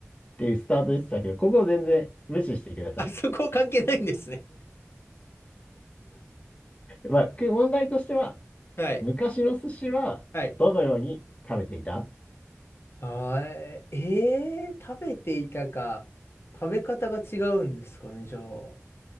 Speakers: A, on the left; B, on the left.
A: ていうスタートでしたけど、ここを全然無視してください。
B: あそこ関係ないんですね。
A: まあ、く問題としては、
B: はい。
A: 昔の寿司はどのように食べていた
B: はい。あー、えー、食べていたか。食べ方が違うんですかね、じゃあ。